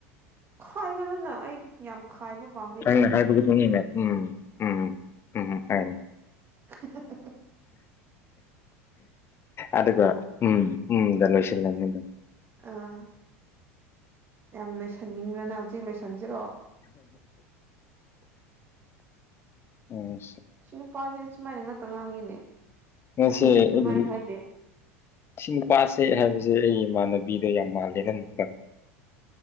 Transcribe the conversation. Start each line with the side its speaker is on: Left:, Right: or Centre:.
Right: ꯈꯥꯏꯒꯅꯨꯅ ꯑꯩ ꯌꯥꯝ ꯈꯥꯏꯕ ꯄꯥꯝꯕꯩ
Left: ꯊꯪꯅ
Right: ꯇꯥꯏꯞꯇ
Left: ꯍꯥꯏꯔ ꯠ ꯃꯅꯤꯅꯦ ꯎꯝ ꯎꯝꯝ ꯎꯝ ꯎꯝ
Right: <inaudible>
Left: ꯑꯗꯨꯒ ꯎꯝ ꯎꯗ ꯂꯣꯏꯁꯤꯜꯂꯅꯤ ꯑꯗꯨꯝ
Right: ꯑꯥ ꯌꯥꯝ ꯂꯩꯏꯁꯟꯅꯤꯡꯕ꯭ꯔꯅ ꯍꯧꯖꯤꯛ ꯂꯣꯏꯁꯟꯁꯤꯔꯣꯑꯣ
Left: ꯑꯣ
Right: ꯁꯤ ꯅꯨꯄꯥꯁꯦ ꯁꯨꯃꯥꯏꯅ ꯉꯥꯛꯇ ꯉꯥꯡꯉꯤꯅꯦ
Left: ꯉꯁꯤ
Right: ꯑꯩꯅꯗꯤꯁꯨ
Left: ꯑꯩ
Right: ꯉꯥꯏ ꯍꯥꯏꯗꯤꯦ
Left: ꯁꯤ ꯅꯨꯄꯥꯁꯦ ꯍꯥꯏꯕꯁꯦ ꯑꯩꯒꯤ ꯏꯃꯥꯟꯅꯕꯤꯗꯣ ꯌꯥꯝ ꯃꯥꯜꯂꯦ ꯅ ꯑꯃꯨꯛꯇ